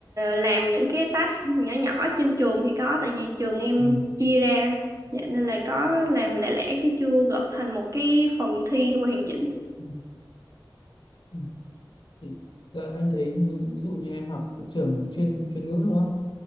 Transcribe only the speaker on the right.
làm những cái task nhỏ nhỏ trên trường thì có tại vì trường em
chia ra dạ nên là có làm lẻ lẻ chứ chưa gộp thành một cái phần thi hoàn chỉnh